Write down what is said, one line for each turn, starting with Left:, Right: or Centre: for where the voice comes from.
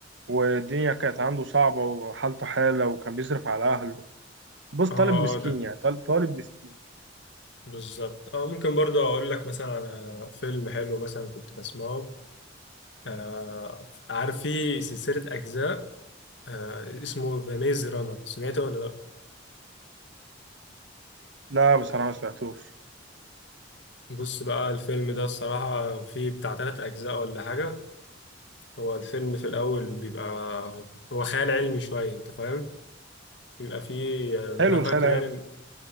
Right: والدنيا كانت عنده صعبة وحالته حالة وكان بيصرف على اهله بص
Left: آه،
Right: طالب مسكين
Left: ده
Right: يعني طالب, طالب مسكين
Left: بالظبط اه ممكن برضه اقول لك مثلا على فيلم حلو مثلا كنت بسمعه آه عارف في سلسلة أجزاء آه اسمه ذا ميز رانر سمعته ولا لأ؟
Right: لا بصراحة ما سمعتوش
Left: بص بقى الفيلم ده الصراحة فيه بتاع تلات أجزاء ولا حاجة هو الفيلم في الأول بيبقى هو خيال علمي شوية أنت فاهم؟ بيبقى فيه يعني اللي
Right: حلو
Left: أنا
Right: الخيال
Left: فاكره
Right: العلمي
Left: يعني